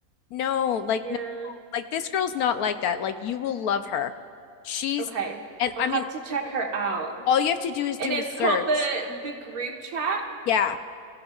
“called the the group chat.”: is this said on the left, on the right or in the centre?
Right